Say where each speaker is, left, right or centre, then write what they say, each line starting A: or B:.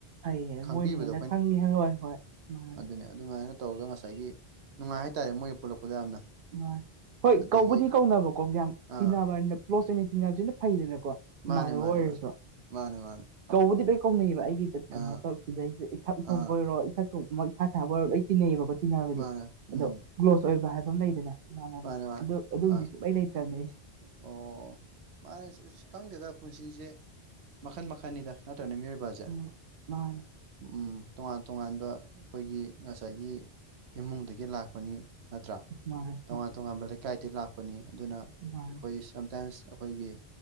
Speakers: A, on the right (about 60°); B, on the right (about 80°).
A: ꯐꯩꯌꯦ
B: ꯈꯪꯕꯤꯕꯗꯣ
A: ꯃꯣꯏꯅ ꯍꯦꯟꯅ ꯈꯪꯉꯦ ꯍꯣꯏ ꯍꯣꯏ ꯃꯥ
B: ꯑꯗꯨ ꯑꯗꯨꯃꯥꯏꯅ ꯇꯧꯔꯒ ꯉꯁꯥꯏꯒꯤ ꯅꯨꯡꯉꯥꯏ ꯍꯥꯏꯇꯥꯔꯦ ꯃꯣꯏꯒ ꯄꯨꯜꯂꯛꯄꯗ ꯌꯥꯝꯅ
A: ꯑ ꯍꯣꯏ
B: ꯑꯗꯒꯤ
A: ꯀꯧꯕꯗꯤ ꯀꯧꯅꯕꯀꯣ ꯌꯥꯝ
B: ꯑꯥ
A: ꯇꯤꯟꯅꯕ ꯄꯣꯁ ꯑꯣꯏꯅ ꯇꯤꯟꯅꯕꯁꯤꯅ ꯐꯩꯗꯅꯀꯣ
B: ꯃꯥꯅꯦ
A: ꯏꯃꯥꯟꯅꯕ
B: ꯃꯥꯅꯦ
A: ꯑꯣꯏꯔꯁꯨ
B: ꯃꯥꯅꯦ ꯃꯥꯅꯦ ꯃꯥꯅꯦ
A: ꯀꯧꯕꯗꯤ ꯂꯣꯏ ꯀꯧꯅꯩꯑꯕ ꯑꯩꯒꯤ ꯀꯩꯅꯣ
B: ꯑꯥ
A: ꯇꯧꯔꯤꯁꯤꯗꯩꯁꯦ ꯏꯊꯛ ꯊꯣꯡꯕ
B: ꯑꯥ
A: ꯑꯣꯏꯔꯣ ꯏꯊꯛ ꯊꯣꯡꯕ ꯏꯈꯥ ꯊꯥꯕ ꯑꯣꯏꯔꯣ ꯑꯩ ꯇꯤꯟꯅꯩꯌꯦꯕꯀꯣ ꯇꯤꯟꯅꯕꯗꯤ
B: ꯃꯥꯅꯦ
A: ꯑꯗꯣ
B: ꯎꯝ
A: ꯀ꯭ꯂꯣꯁ ꯑꯣꯏꯕ ꯍꯥꯏꯕ ꯑꯃ ꯂꯩ ꯃꯥ
B: ꯃꯥꯅꯦ ꯃꯥꯅꯦ
A: ꯑꯗꯨ ꯑꯗꯨꯝꯗꯤ
B: ꯃꯥꯅꯦ
A: ꯁꯨꯂꯩ ꯂꯩꯇ꯭ꯔꯕꯅꯦ ꯑꯩꯁꯦ
B: ꯑꯣ ꯃꯥꯅꯦ ꯑꯁ ꯈꯪꯗꯦꯗ ꯄꯨꯟꯁꯤꯁꯦ ꯃꯈꯟ ꯃꯈꯟꯅꯤꯗ ꯅꯠꯇ꯭ꯔꯅ ꯃꯤꯑꯣꯏꯕꯁꯦ
A: ꯎꯝ ꯃꯥ
B: ꯎ ꯇꯣꯉꯥꯟ ꯇꯣꯉꯥꯟꯕ ꯑꯩꯈꯣꯏꯒꯤ ꯉꯁꯥꯏꯒꯤ ꯏꯃꯨꯡꯗꯒꯤ ꯂꯥꯛꯄꯅꯤ ꯅꯠꯇ꯭ꯔꯥ
A: ꯃꯥꯅꯤ
B: ꯇꯣꯉꯥꯟ ꯇꯣꯉꯥꯟꯕ ꯂꯩꯀꯥꯏꯗꯒꯤ ꯂꯥꯛꯄꯅꯤ ꯑꯗꯨꯅ ꯑꯩꯈꯣꯏ
A: ꯃꯥꯅꯦ
B: ꯁꯝꯇꯥꯏꯝꯁ ꯑꯩꯈꯣꯏꯒꯤ